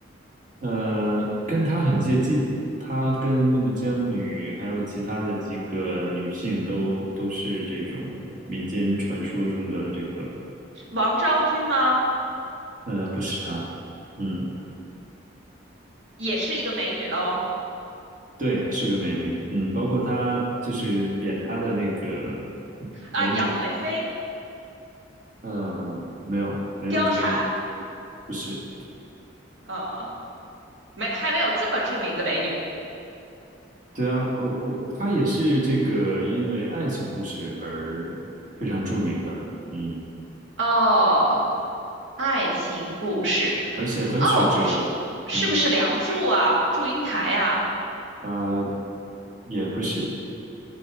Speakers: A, on the right; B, on the right.
A: 呃，跟她很接近，她跟孟姜女还有其他的几个女性都都是这种民间传说中的这个，
B: 是王昭君吗？
A: 呃，不是她，嗯，
B: 也是一个美女喽。
A: 对，是个美女，嗯，包括她就是演她的那个
B: 啊，
A: 美女，
B: 杨贵妃、
A: 嗯、没有没有这种，
B: 貂蝉，
A: 不是，
B: 呃。没还没有这么著名的美女
A: 对啊，我我她也是这个因为爱情故事而非常著名的，嗯，
B: 哦。爱情故事
A: 而且很曲折，
B: 哦，是是不是《梁祝》啊，
A: 嗯。
B: 《祝英台》呀？
A: 啊。也不是，